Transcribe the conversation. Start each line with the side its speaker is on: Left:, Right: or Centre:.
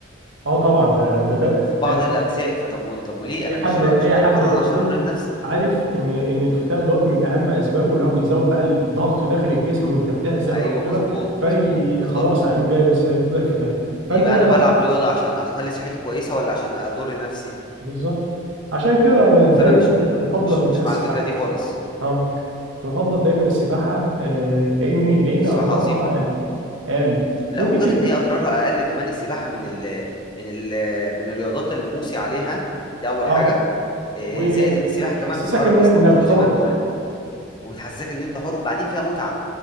Right: اه طبعا ده ده ده
Left: في بعض
Right: آه،
Left: الاجزاء فطب وال- طب وليه
Right: اي
Left: انا
Right: حد
Left: مش را-
Right: اي
Left: مش بتمرن
Right: حد رياضي
Left: عشان امرض نفسي
Right: عارف ان ان الفتاء دوت من اهم اسبابه اللي هو بيزود بقى الضغط داخل الجسم وانت بتحزق
Left: ايوه
Right: او كده
Left: مظبوط مظبوط
Right: في
Left: بالظبط
Right: خلاص هيقوم جايب بسبب الفتاء فانت
Left: يبقى
Right: لو
Left: انا
Right: واحد
Left: بلعب رياضه عشان اخلي صحتي كويسه ولا عشان اضر نفسي
Right: بالظبط عشان كده انا دايما
Left: فانا مش م-
Right: كنت بفضل
Left: مش
Right: اللي
Left: مش
Right: هي السباحه
Left: مع الفكره دي خالص
Right: اه كنت بفضل دايما السباحه آه لان لان
Left: السباحه
Right: اضرارها
Left: عظيمه
Right: اقل اقل
Left: لا
Right: ممكن
Left: وغير
Right: ت...
Left: ان هي اضرارها اقل كمان السباحه من ال من ال من الرياضات اللي موصي عليها دي اول
Right: اه
Left: حاجه إيه،
Right: وتحسسك
Left: زائد ان السباحه كمان بتحرك
Right: ان
Left: جسمك
Right: انك
Left: كله زي
Right: حر
Left: ما انت قلت وبتحسسك ان انت حر وبعدين فيها متعه